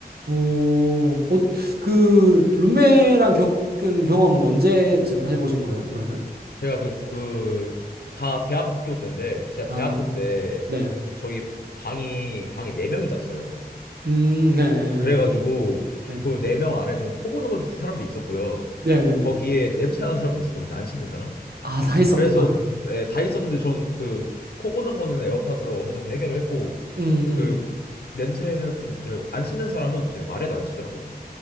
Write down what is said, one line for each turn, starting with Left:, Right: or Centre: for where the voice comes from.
Right: 어, 어, 그, 룸메랑 겪은 경험은 언제쯤 해보신 거예요, 그러면?
Left: 제가 그 그 다 대학교 때인데 제가
Right: 아,
Left: 대학교 때
Right: 네.
Left: 저희 방이 방에 네 명이 잤어요.
Right: 음, 네, 네,
Left: 그래가지고
Right: 네,
Left: 그 네 명 안에 저는 코 고는 사람도 있었고요.
Right: 네, 네. 네.
Left: 거기에 냄새 나는 사람도 있었거든요. 안 씻는 사람.
Right: 아, 다 있었구나.
Left: 그래서 예, 다 있었는데 전 그 코 고는 거는 에어팟으로 어느 정도 해결을 했고
Right: 음,
Left: 그
Right: 음,
Left: 냄새가 좀 안 씻는 사람은 제가 말해도 안 씻더라고요.